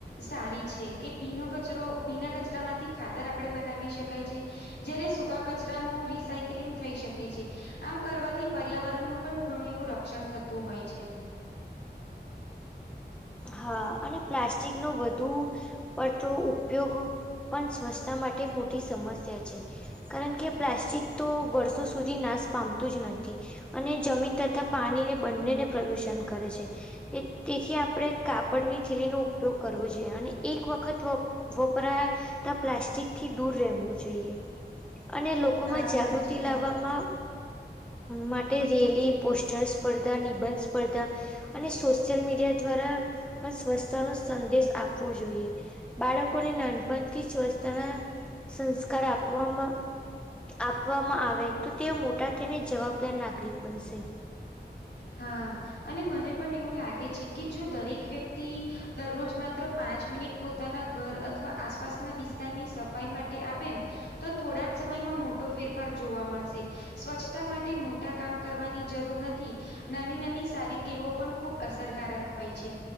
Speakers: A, on the left; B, in the centre.
A: સારી છે, કે ભીનો કચરો ભીના કચરા માંથી ખાતર આપણે બનાવી શકાય છે. જયારે સૂકા કચરાનું રિસાયકલિંગ થઈ શકે છે, આમ કરવાથી પર્યાવરણનું પણ ઘણું એવું રક્ષણ થતું હોય છે.
B: હા અને પ્લાસ્ટિકનો વધુ પડતો ઉપયોગ પણ સ્વચ્છતા માટે મોટી સમસ્યા છે. કારણ કે પ્લાસ્ટિક તો વર્ષો નાશ પામતું જ નથી. અને જમીન તથા પાણીને બંનેને પ્રદુષણ કરે છે તેથી આપણે કાપડની થીલી નો ઉપયોગ કરવો જોઈએ, અને એક વખત વપરા તા પ્લાસ્ટિક થી દૂર રહેવું જોઈએ, અને લોકોમાં
A: હા
B: જાગૃતિ
A: સાચી
B: લાવવામાં
A: વાત.
B: માટે રેલી પોસ્ટર સ્પર્ધા નિબંધ સ્પર્ધા અને સોશિયલ મીડિયા દ્વારા પણ સ્વચછતા નો સંદેશ આપવો જોઈએ. બાળકોને નાનપણથી જ સ્વચ્છતા ના સંસ્કાર આપવામાં આપવામાં આવે તો તેઓ મોટા થને જવાબદાર નાગરિક બનશે.
A: હા અને મને પણ એવું લાગે છે કે જો દરેક વ્યક્તિ દરરોજ માત્ર પાંચ મિનિટ પોતાના અથવા આસપાસના સફાઈ માટે આપે તો થોડા જ સમયમાં મોટો ફેરફાર જોવા મળશે. સ્વચ્છતા માટે મોટા કામ કરવાની જરૂર નથી. નાની નાની સારી ટેવો પણ ખૂબ અસરકારક હોય છે.